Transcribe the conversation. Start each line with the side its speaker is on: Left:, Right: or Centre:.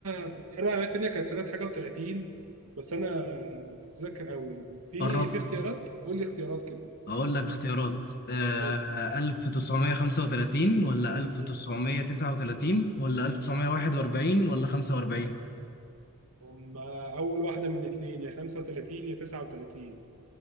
Right: الحرب العالمية التانية كانت سنة حاجة وتلاتين بس أنا متذكر أوي في
Left: قربت
Right: في اختيارات قول لي اختيارات كده
Left: اقول لك اختيارات آه
Right: قول
Left: 1935 ولا 1939
Right: لي مم.
Left: ولا 1941 ولا 45
Right: هم أول واحدة من الاتنين يا خمسة وتلاتين يا تسعة وتلاتين